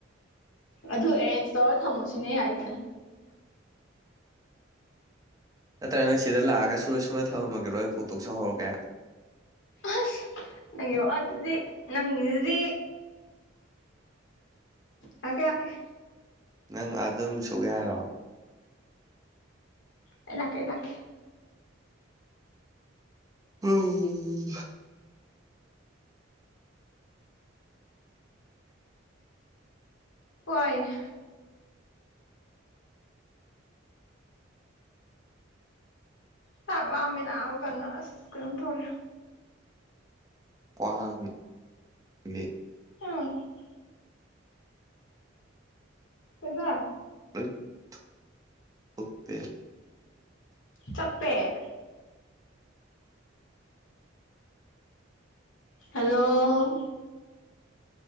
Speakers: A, on the left; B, on the right.
A: ꯑꯗꯨ ꯑꯦꯔꯦꯟꯖ ꯇꯧꯔ ꯊꯝꯃꯣ ꯁꯤꯅꯦ ꯑꯩꯅ ꯍꯥꯏꯖꯤꯅ
B: ꯅꯠꯇ꯭ꯔꯥꯒꯅ ꯁꯤꯗ ꯂꯥꯛꯑꯒ ꯁꯨꯔ ꯁꯨꯔ ꯊꯝꯃꯝꯃꯒꯦꯔꯣ ꯑꯩ ꯐꯧꯗꯣꯛ ꯆꯥꯍꯧꯔꯒꯦ
A: ꯑꯁ ꯅꯪꯒꯤ ꯋꯥꯗꯨꯗꯤ ꯅꯪꯒꯤꯗꯨꯗꯤ ꯂꯥꯛꯀꯦ ꯂꯥꯛꯀꯦ
B: ꯅꯪ ꯑꯗꯨꯝ ꯁꯨꯒꯦ ꯍꯥꯏꯔꯣ
A: ꯑꯩ ꯂꯥꯛꯀꯦ ꯑꯩ ꯂꯥꯛꯀꯦ
B: ꯎꯝ꯫
A: ꯍꯣꯏ ꯆꯥꯛ ꯂꯥꯝꯃꯦ ꯅꯥꯕ ꯀꯟꯅ ꯑꯁ ꯀꯩꯅꯣꯝ ꯇꯧꯔꯦ
B: ꯀꯥꯎꯃꯤ ꯒꯤ
A: <unintelligible> ꯀꯩꯕꯥ
B: ꯂꫭꯏ ꯊꯨꯞ ꯊꯨꯞꯄꯦ
A: ꯆꯞꯄꯦ ꯍꯜꯂꯣ